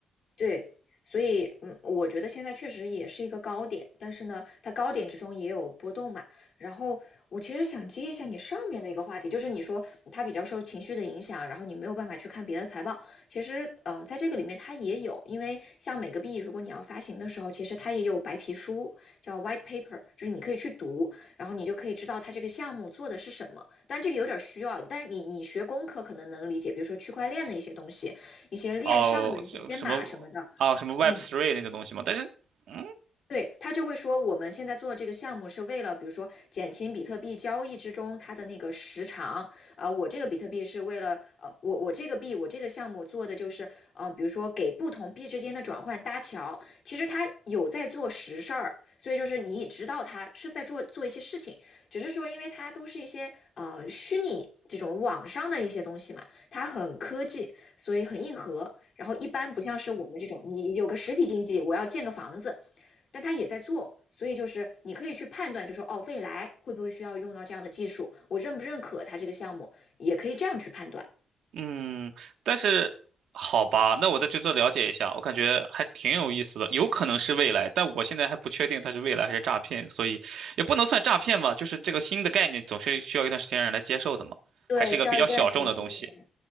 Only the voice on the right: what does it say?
哦，就什么哦什么 Web
Three 那种东西嘛，但是嗯
嗯，但是好吧，那我再去做了解一下，我感觉还挺有意思的，有可能是未来，但我现在还不确定它是未来还是诈骗，所以也不能算诈骗吧，就是这个新的概念总是需要一段时间让人来接受的嘛，
还是一个比较小众的东西。